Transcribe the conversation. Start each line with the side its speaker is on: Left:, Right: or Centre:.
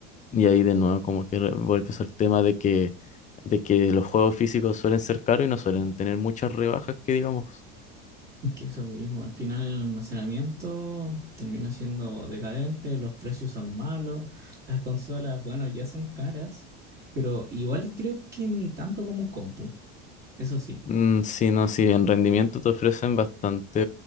Left: Y ahí de nuevo como que re- vuelves el tema de que, de que los juegos físicos suelen ser caros y no suelen tener muchas rebajas que digamos.
Right: Es que eso mismo, al final el almacenamiento termina siendo decadente, los precios son malos, las consolas, bueno, ya son caras, pero igual creo que ni tanto como un compu, eso sí,
Left: Mm, sí, no, sí, en rendimiento te ofrecen bastante